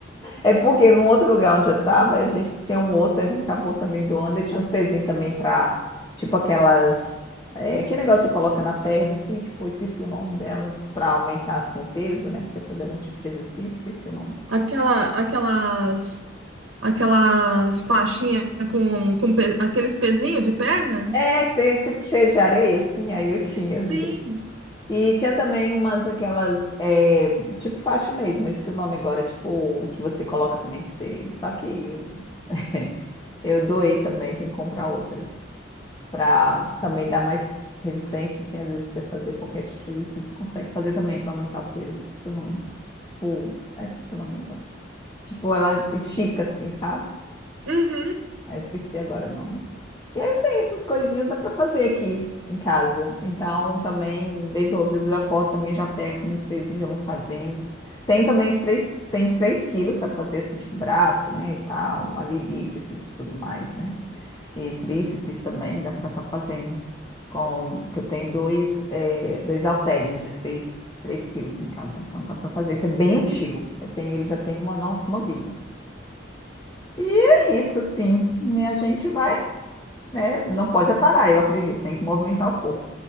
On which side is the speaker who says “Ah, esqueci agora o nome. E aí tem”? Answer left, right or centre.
Left